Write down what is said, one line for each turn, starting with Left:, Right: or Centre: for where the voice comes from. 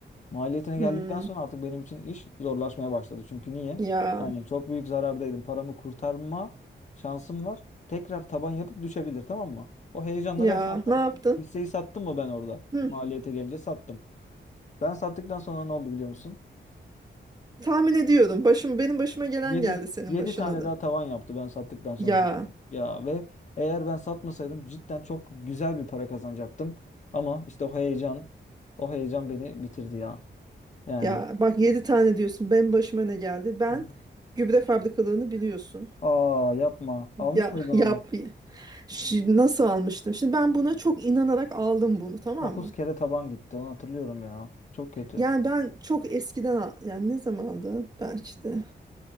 Left: Maliyetine geldikten
Right: hı.
Left: sonra artık benim için iş zorlaşmaya başladı. Çünkü niye?
Right: Ya,
Left: Yani çok büyük zarardaydım. Paramı kurtarma şansım var. Tekrar taban yapıp düşebilir, tamam mı? O heyecanla
Right: ya
Left: ben sattım.
Right: ne yaptın?
Left: Hisseyi sattım mı ben orada?
Right: Hı.
Left: Maliyete gelince sattım. Ben sattıktan sonra ne oldu biliyor musun?
Right: Tahmin ediyorum. Başım benim başıma gelen
Left: Yedi
Right: geldi senin
Left: yedi
Right: başına
Left: tane
Right: da.
Left: daha tavan yaptı ben sattıktan sonra
Right: Ya
Left: hisse. Ya ve eğer ben satmasaydım cidden çok güzel bir para kazanacaktım. Ama işte o heyecan, o heyecan beni bitirdi ya. Yani.
Right: ya bak 7 tane diyorsun. Benim başıma ne geldi? Ben
Left: Hı.
Right: gübre fabrikalarını biliyorsun.
Left: Aa yapma. Almış
Right: Ya
Left: mıydın
Right: <laughs> yap.
Left: onu?
Right: Şi- nasıl almıştım? Şimdi ben buna çok inanarak aldım bunu tamam
Left: 9
Right: mı?
Left: kere taban gitti. Onu hatırlıyorum ya. Çok kötü.
Right: Yani ben çok eskiden al- yani ne zamandı? Belki de